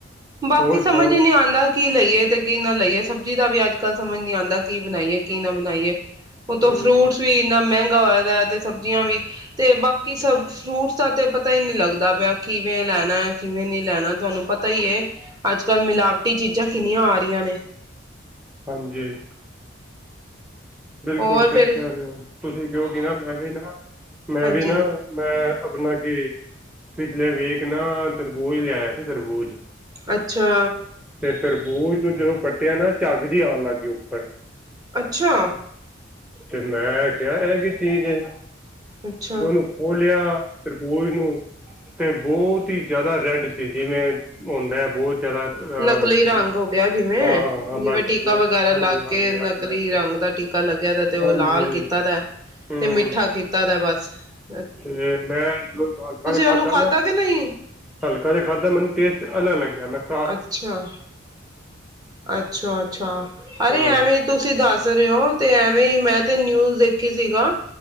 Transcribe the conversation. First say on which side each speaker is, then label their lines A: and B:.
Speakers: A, on the right; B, in the centre.
A: ਬਾਕੀ
B: ਹੋਰ
A: ਸਮਝ
B: ਸੁਣਾਓ
A: ਨੀ ਆਉਂਦਾ। ਕੀ ਲਈਏ ਤੇ ਕੀ ਨਾ ਲਈਏ ਸਬਜ਼ੀ ਦਾ ਵੀ ਅੱਜ ਕੱਲ੍ਹ ਸਮਝ ਨਹੀਂ ਆਉਂਦਾ ਕੀ ਬਣਾਈਏ ਕੀ ਨਾ ਬਣਾਈਏ। ਉਹ ਤਾਂ
B: ਹੂੰ
A: ਫਰੂਟਸ ਵੀ ਇਨਾ ਮਹਿੰਗਾ ਹੋਇਆ ਤੇ ਸਬਜ਼ੀਆਂ ਵੀ ਤੇ ਬਾਕੀ ਸਭ ਫਰੂਟਸ ਆ ਤੇ। ਪਤਾ ਹੀ ਨਹੀਂ ਲੱਗਦਾ ਪਿਆ ਕਿਵੇਂ ਲੈਣਾ ਹੈ ਕਿਵੇਂ ਨਹੀਂ ਲੈਣਾ ਤੁਹਾਨੂੰ ਪਤਾ ਹੀ ਹੈ ਅੱਜ ਕੱਲ ਮਿਲਾਵਟੀ ਚੀਜ਼ਾਂ ਕਿੰਨੀਆਂ ਆ ਰਹੀਆਂ ਨੇ।
B: ਹਾਂਜੀ ਬਿਲਕੁਲ
A: ਹੋਰ
B: ਠੀਕ
A: ਫਿਰ
B: ਕਹਿ ਰਹੇ ਹੋ। ਤੁਸੀਂ ਕਿਉ ਕੀ ਨਾ ਮੈਂ ਵੀ ਨਾ ਮੈਂ
A: ਹਾਂਜੀ
B: ਵੀ ਨਾ ਮੈਂ ਆਪਣਾ ਕੀ ਪਿਛਲੇ ਵੇਖ ਨਾ ਤਰਬੂਜ਼ ਲਿਆਇਆ ਸੀ ਤਰਬੂਜ਼।
A: ਅੱਛਾ
B: ਤੇ ਤਰਬੂਜ ਨੂੰ ਜਦੋਂ ਕੱਟਿਆ ਨਾ ਝੱਗ ਜੀ ਆਉਣ ਲੱਗ ਪਈ। ਹ।
A: ਅੱਛਾ!
B: ਤੇ ਮੈਂ ਕਿਹਾ ਇਹਕੀ ਚੀਜ਼ ਏ।
A: ਅੱਛਾ
B: ਦੋਨੋ ਫੋਲਿਆਂ। ਤਰਬੋਜ ਨੂੰ ਤੇ ਬਹੁਤ ਹੀ ਜ਼ਿਆਦਾ ਰੈਡ ਸੀ ਜਿਵੇਂ ਹੁੰਦਾ ਹੈ। ਬਹੁਤ ਜ਼ਿਆਦਾ ਅਹ
A: ਨਕਲੀ ਰੰਗ ਹੋ ਗਿਆ ਜਿਵੇਂ
B: ਹਾਂ ਹਾਂ ਹਾਂ
A: ਜਿਵੇਂ
B: ਬਸ
A: ਟੀਕਾ
B: ਵਧੀਆ
A: ਵਗੈਰਾ
B: ਹਾਂਜੀ
A: ਲੱਗ
B: ਹਾਂਜੀ
A: ਕੇ ਨਕਲੀ
B: ਹਾਂਜੀ ਹਾਂਜੀ
A: ਰੰਗ ਦਾ ਟੀਕਾ। ਲੱਗਿਆ ਦਾ ਤੇ ਉਹ
B: ਹਾਂਜੀ
A: ਲਾਲ ਕੀਤਾ ਦਾ
B: ਹੂੰ
A: ਤੇ ਮਿੱਠਾ ਕੀਤਾ। ਲੈ ਬਸ ।
B: ਤੇ ਮੈਂ ਜਦੋਂ ਹਲਕਾ ਜ ਖਾਧਾ
A: ਉਹਨੂੰ
B: ਨਾ
A: ਕਿ ਨਹੀਂ
B: ਹਲਕਾ ਜਿਹਾ ਖਾਧਾ ਮੈਨੂੰ ਟੇਸਟ ਅਲਗ ਲੱਗ ਗਿਆ ।
A: ਅੱਛਾ ਅੱਛਾ ਅੱਛਾ ਅਰੇ
B: ਹਾਂ
A: ਐਵੇਂ ਤੁਸੀਂ ਤਾਂ। ਹੱਸ ਰਹੇ ਹੋ ਤੇ ਐਵੇਂ ਹੀ ਮੈਂ ਤੇ ਨਿਊਜ ਦੇਖੀ ਸੀਗਾ